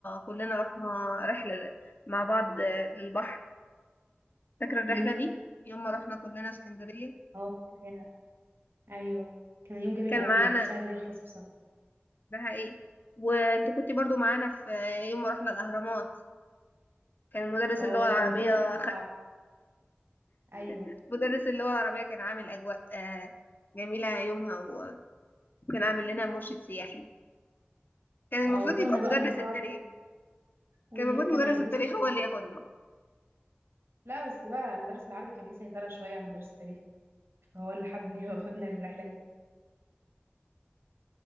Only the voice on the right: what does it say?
امم
اه فاكراها ايوه كان يوم جميل
قوي
وما كنتش عايزاه يخلص بصراحه
اه
لما توهنا من
بعض ايوه
اه
وتوهنا
بقى من بعض
واليوم
كان
هيبوظ
مننا
لا بس بقى مدرس العربي كان ليه سيطرة شوية على مدرس التاريخ فهو اللي حب <laughs> ياخدنا الرحلة دي